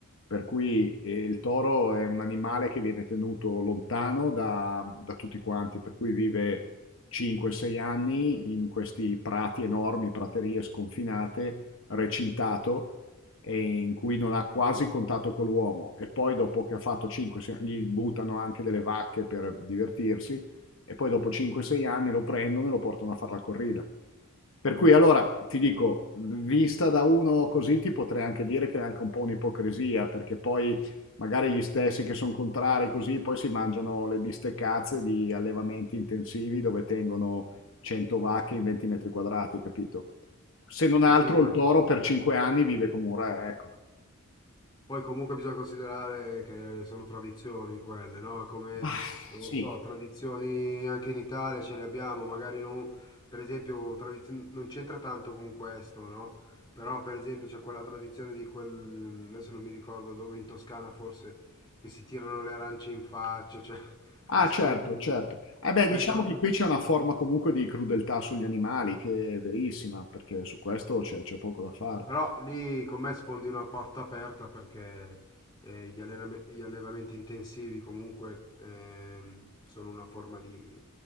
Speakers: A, on the left (about 60°); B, on the left (about 20°).
A: Per cui eh, il toro è un animale che viene tenuto lontano da, da tutti quanti, per cui vive 5-6 anni in questi prati enormi, praterie sconfinate, recintato e in cui non ha quasi contatto con l'uomo e poi dopo che ha fatto 5, gli buttano anche delle vacche per divertirsi e poi dopo 5-6 anni lo prendono e lo portano a fare la corrida. Per cui allora ti dico, vista da uno così ti potrei anche dire che è anche un po' un'ipocrisia perché poi magari gli stessi che sono contrari così poi si mangiano le bisteccazze di allevamenti intensivi dove tengono 100 vacche in 20 metri quadrati, capito? Se non
B: Sì,
A: altro
B: sì, poi...
A: il toro per 5 anni vive come un re, ecco.
B: Poi comunque bisogna considerare che sono tradizioni quelle, no? Come,
A: Ah,
B: non
A: sì.
B: lo so, tradizioni anche in Italia ce le abbiamo, magari non, per esempio, tradizio- non c'entra tanto con questo, no? Però per esempio c'è quella tradizione di quel, adesso non mi ricordo dove, in Toscana forse, che si tirano le arance in faccia, cioè, <laughs>
A: Ah,
B: e sprecano,
A: certo, certo. Eh beh,
B: sprecano
A: diciamo
B: tan-
A: che qui c'è una forma comunque di crudeltà sugli animali, che è verissima, perché su questo c'è c'è poco da fare.
B: Però lì con me sfondi una porta aperta perché eh, gli allenam- gli allevamenti intensivi comunque ehm, sono una forma di,